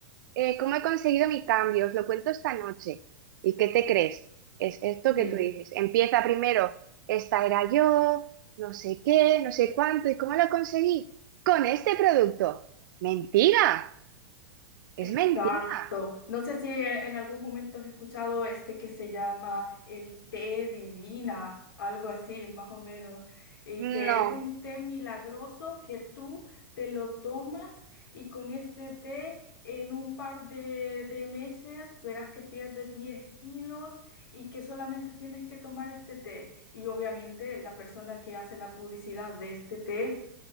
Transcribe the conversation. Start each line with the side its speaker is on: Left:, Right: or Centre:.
Right: eh, cómo he conseguido mi cambio, os lo cuento esta noche. ¿Y qué te crees? Es esto
Left: Dime.
Right: que tú dices. Empieza primero, esta era yo, no sé qué, no sé cuánto, ¿y cómo lo conseguí? Con este producto. Mentira, es
Left: Exacto.
Right: mentira.
Left: No sé si en algún momento has escuchado este que se llama el té divina, algo así, más o menos, y
Right: No,
Left: que es un té milagroso que tú te lo tomas y con este té en un par de, de meses verás que pierdes 10 kilos y que solamente tienes que tomar este té. Y obviamente la persona que hace la publicidad de este té...